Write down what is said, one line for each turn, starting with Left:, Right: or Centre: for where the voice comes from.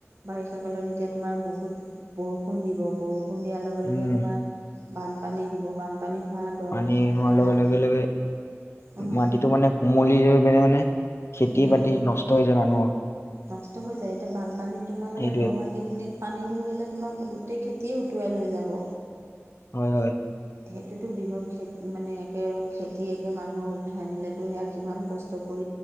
Right: বাৰিষা কালত এতিয়া তোমাৰ বহুত বৰষুণ দিব, বৰষুণ দিয়াৰ লগে-
Left: উম
Right: লগে তোমাৰ বানপানী হ'ব বানপানী হোৱা দ
Left: পানী
Right: মানে
Left: হোৱাৰ লগে
Right: মাটি।
Left: লগে লগে
Right: উম
Left: মাটিটো মানে কুমলিলৈ মানে খেতি
Right: উম
Left: বাতি নষ্ট হৈ যায় মানুহৰ।
Right: নষ্ট হৈ যায়। এতিয়া বানপানীত তোমাৰ মানে
Left: সেইটোৱে
Right: দ মাটি খিনিত পানীহৈ গ'লে তোমাৰ গোটেই খেতিয়ে উটুৱাই লৈ যাব।
Left: হয়-হয়।
Right: সেইটোতো বৃহৎ খেতি মানে একে খেতি একে মানুহৰ উঠাই আনিলেতো সেয়া কিমান কষ্ট